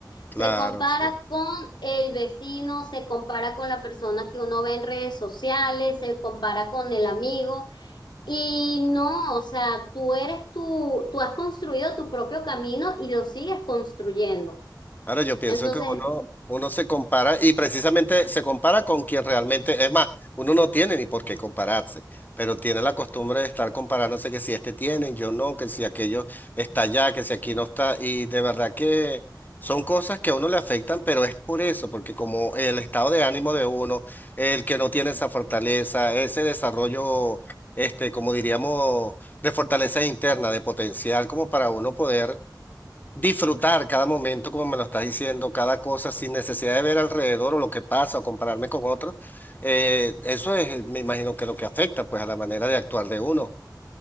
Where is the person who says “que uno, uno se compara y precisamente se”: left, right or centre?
Left